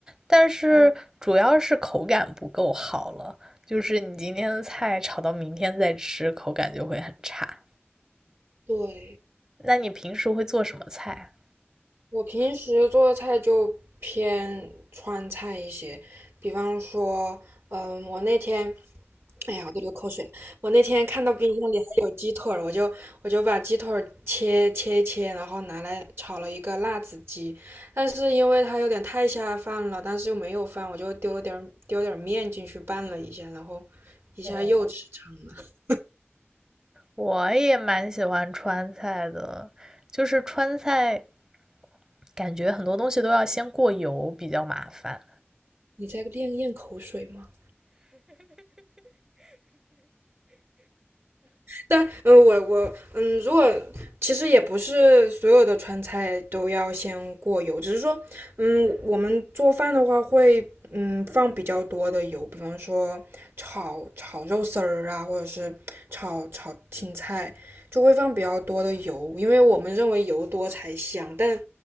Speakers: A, on the right (about 15°); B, on the right (about 60°).
A: 但是嗯主要是口感不够好了，就是你今天的菜炒到明天再吃，口感就会很差。
B: 对。
A: 那你平时会做什么菜？
B: 我平时做的菜就偏川菜一些，比方说，嗯，我那天，哎呀，我都流口水了。我那天看到冰箱里还有腿儿，我就我就把鸡腿儿切切一切，然后拿来炒了一个辣子鸡。但是因为它有点太下饭了，但是又没有饭，我就丢了点儿丢点儿面进去拌了一下，然后一下又吃撑了。
A: 哦我也蛮喜欢川菜的，就是川菜感觉很多东西都要先过油，比较麻烦。
B: 你在咽咽口水吗？但嗯、呃我我嗯，如果其实也不是所有的川菜都要先过油，只是说，嗯，我们做饭的话会嗯放比较多的油，比方说炒炒肉丝儿啊，或者是炒炒青菜，就会放比较多的油，因为我们认为油多才香，但